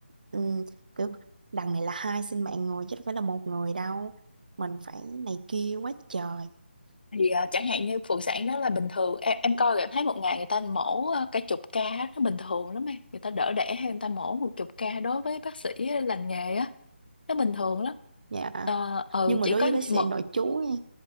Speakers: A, on the right; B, on the left.
A: ừm, Kiểu đằng này là hai sinh mạng người Chứ đâu phải là một người đâu Mình phải này kia quá trời
B: thì ờ, chẳng hạn như phụ sản đó là bình thường em, em coi rồi em thấy một ngày người ta mổ ờ, cả chục ca á, nó bình thường lắm em người ta đỡ đẻ hay người ta mổ một chục ca đối với bác sĩ ờ, lành nghề á nó bình thường lắm
A: Dạ
B: ờ ừ,
A: Nhưng mà
B: chỉ
A: đối
B: có
A: với bác sĩ
B: một
A: nội trú nha